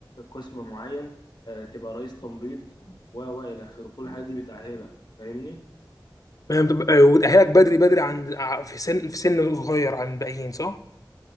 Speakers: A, on the left (about 60°); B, on the left (about 45°).
A: قسم معين آه، تبقى رئيس تمريض و و الى اخره كل الحاجات دي بتأهلك فاهمني
B: فاهم؟ تبقى- وتاهلك بدري بدري عن ع- في سن في سن صغير عن الباقيين صح؟